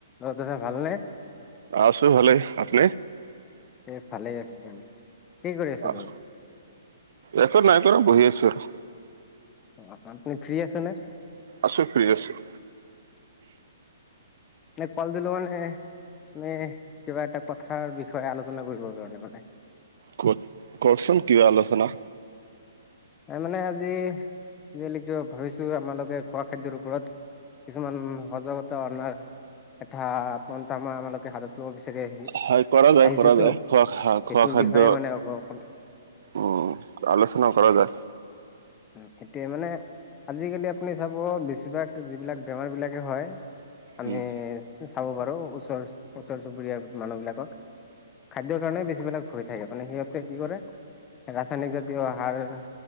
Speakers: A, on the left (about 20°); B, on the right (about 60°).
A: অ দাদা ভাল নে
B: আছো ভালেই আপনি
A: এই ফালে আছো মানে কি কৰি আছে
B: আহ,
A: দাদা
B: একো নাই কৰা বহি আছো আৰু
A: অ আপুনি ফ্ৰী আছে নে
B: আছো ফ্ৰী আছো
A: নেক পাল দিলো মানে নে কিবা এটা কথাৰ বিষয়ে আলোচনা কৰিবৰ কাৰণে মানে
B: কত কওকচোন কি আলোচনা
A: তাৰ মানে আজি যি নেকি ভাবিছো আপনালোকে খোৱা খাদ্যৰ ওপৰত কিছুমান সজাগতা অনাৰ এটা আ আমাৰ আপোনালোকে হাত লব বিচাৰে সি আহিছেতো
B: হয় কৰা যায় কৰা যায়
A: সেইটোৰ
B: খোৱা খা- খোৱা খাদ্য
A: বিষয়ে মানে অক অকণ
B: উম আলোচনা কৰা যায়
A: উম সেইটোয়ে মানে আজিকালি আপুনি চাব বেছিভাগ যিবিলাক বেমাৰ বিলাকে হয় আমি
B: উম,
A: চাব পাৰো ওচৰ ওচৰ চুবুৰীয়া মানুহ বিলাকক। খাদ্যৰ কাৰণে বেছি বিলাক হৈ থাকে মানে সিহঁতে কি কৰে ৰাসায়নিক জাতীয় আহাৰ